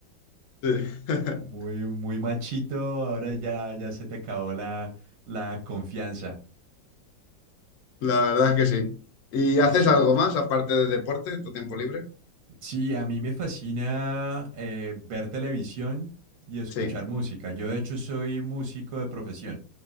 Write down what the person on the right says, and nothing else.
Muy, muy machito, ahora ya, ya se te acabó la, la confianza.
Sí.
Eh,
Sí,
sí, a mí me fascina eh, ver televisión y escuchar
música. Yo de hecho soy músico de profesión.